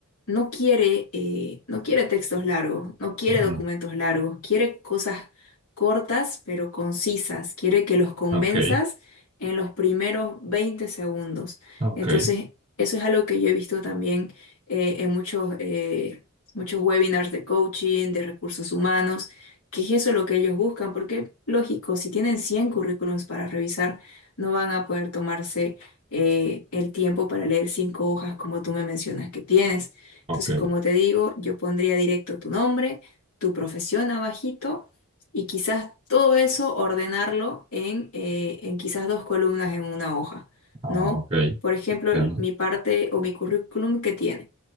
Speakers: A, on the left (about 85°); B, on the right (about 30°).
A: no quiere, eh, no quiere textos largos, no quiere
B: ujú,
A: documentos largos, quiere cosas cortas pero concisas, quiere que los convenzas
B: Ok.
A: en los primeros 20 segundos.
B: Ok.
A: Entonces, eso es algo que yo he visto también eh, en muchos, eh, muchos webinars de coaching, de recursos humanos, que es eso lo que ellos buscan, porque lógico, si tienen 100 currículums para revisar, no van a poder tomarse eh, el tiempo para leer cinco hojas como tú me mencionas que tienes. Entonces,
B: Ok.
A: como te digo, yo pondría directo tu nombre, tu profesión abajito y quizás todo eso ordenarlo en, eh, en quizás dos columnas en una hoja,
B: ah,
A: ¿no?
B: ok.
A: Por ejemplo,
B: Entiendo.
A: mi parte o mi currículum que tiene